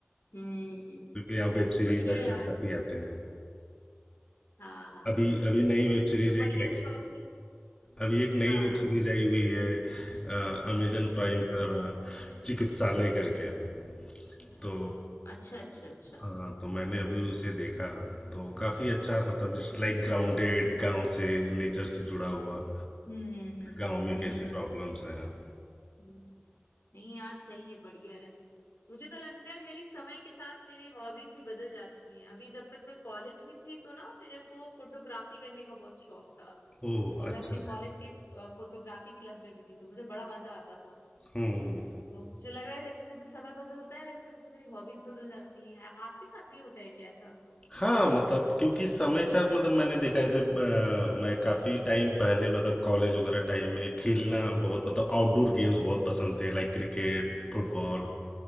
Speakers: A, on the left; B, on the left.
A: हम्म
B: या वेब सीरीज
A: बढ़िया
B: आजकल
A: यार
B: काफ़ी आते हैं
A: हाँ हाँ
B: अभी
A: हाँ
B: अभी नई वेब सीरीज
A: तो बढ़िया
B: एक आई
A: शौक है
B: अभी एक नई
A: हाँ
B: वेब
A: हाँ
B: सीरीज
A: हाँ
B: आई हुई है अमेजन प्राइम
A: हम्म
B: पर चिकित्सालय करके तो
A: अच्छा अच्छा अच्छा
B: हाँ तो मैंने अभी उसे देखा तो काफी अच्छा मतलब इट्स लाइक ग्राउंडेड गांव से नेचर से जुड़ा हुआ
A: हम्म हम्म हम्म
B: गांव में
A: हम्म
B: कैसी प्रॉब्लम्स
A: हम्म,
B: हैं
A: हम्म। नहीं यार सही है बढ़िया है मुझे तो लगता है मेरी समय के साथ मेरी हॉबीज भी बदल जाती हैं अभी जब तक मैं कॉलेज में थी तो ना मेरे को फोटोग्राफी करने का बहुत शौक था
B: ओह
A: और
B: अच्छा
A: मैं अपने कॉलेज के फोटोग्राफी क्लब में भी थी तो मुझे बड़ा मजा आता था
B: हम्म
A: तो मुझे लग रहा है जैसे जैसे समय बदलता है वैसे वैसे मेरी हॉबीज बदल जाती हैं आ- आपके साथ भी होता है क्या ऐसा
B: हाँ मतलब क्योंकि समय के साथ मतलब मैंने देखा जैसे अ, मैं काफ़ी टाइम पहले मतलब कॉलेज वगैरह टाइम में खेलना बहुत मतलब आउटडोर गेम्स बहुत पसंद थे लाइक क्रिकेट फुटबॉल